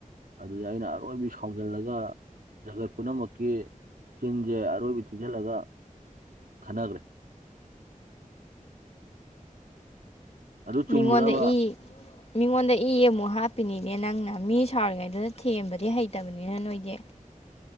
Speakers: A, on the right; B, on the left.
A: ꯑꯗꯨꯗꯤ ꯑꯩꯅ ꯑꯔꯣꯏꯕꯤ ꯁꯥꯎꯖꯤꯜꯂꯒ ꯖꯒꯠ ꯄꯨꯝꯅꯃꯛꯀꯤ ꯆꯤꯟꯁꯦ ꯑꯔꯣꯏꯕꯤ ꯊꯤꯖꯤꯜꯂꯒ ꯈꯠꯅꯈ꯭ꯔꯦ ꯑꯗꯨ ꯆꯨꯝꯕ꯭ꯔꯕ
B: ꯃꯤꯉꯣꯟꯗ ꯏ ꯃꯤꯉꯣꯟꯗ ꯏ ꯑꯃꯨꯛ ꯍꯥꯞꯄꯤꯅꯤꯅꯦ ꯅꯪꯅ ꯃꯤ ꯁꯥꯎꯔꯤꯉꯩꯗꯨꯗ ꯊꯦꯝꯕꯗꯤ ꯍꯩꯇꯕꯅꯤꯅ ꯅꯣꯏꯗꯤ